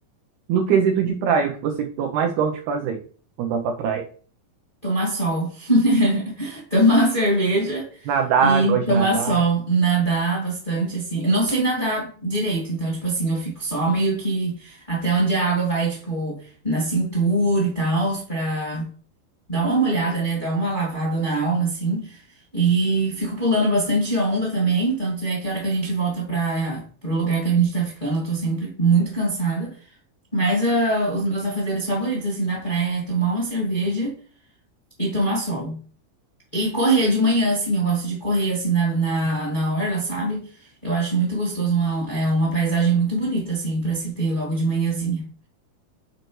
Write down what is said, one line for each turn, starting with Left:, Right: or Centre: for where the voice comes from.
Right: No quesito de praia, o que você go- mais gosta de fazer quando vai pra praia?
Left: Tomar sol, <laughs> tomar cerveja
Right: Nadar,
Left: e
Right: gosto
Left: tomar
Right: de nadar.
Left: sol, nadar bastante, assim. Eu não sei nadar direito, então, tipo assim, eu fico só meio que até onde a água vai, tipo, na cintura e tal, pra. Dá uma molhada, né? Dá uma lavada na alma, assim. E fico pulando bastante onda também. Tanto é que a hora que a gente volta para pro lugar que a gente tá ficando, eu tô sempre muito cansada. Mas ah, os meus afazeres favoritos, assim, da praia é tomar uma cerveja e tomar sol. E correr de manhã, assim. Eu gosto de correr, assim, na, na, na orla, sabe? Eu acho muito gostoso. Uma, é uma paisagem muito bonita, assim, pra se ter logo de manhãzinha.